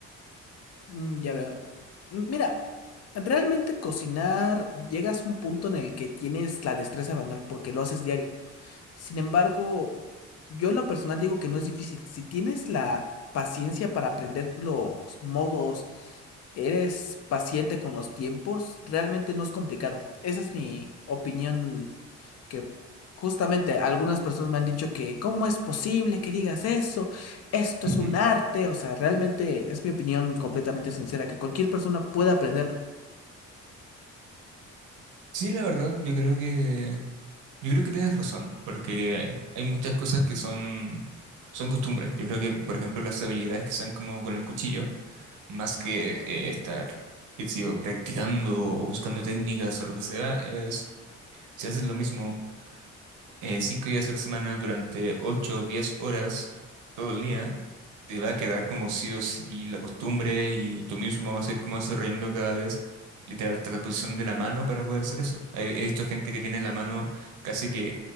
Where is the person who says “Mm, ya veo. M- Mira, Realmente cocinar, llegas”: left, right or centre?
Left